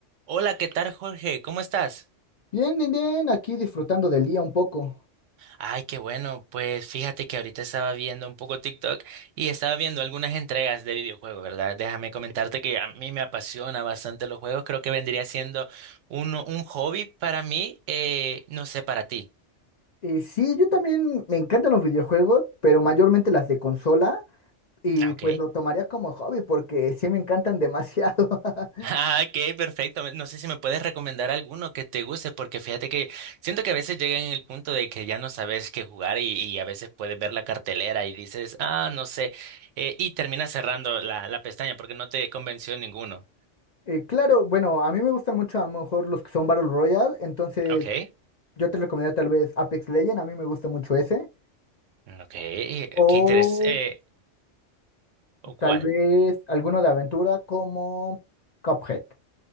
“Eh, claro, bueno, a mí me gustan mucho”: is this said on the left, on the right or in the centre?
Left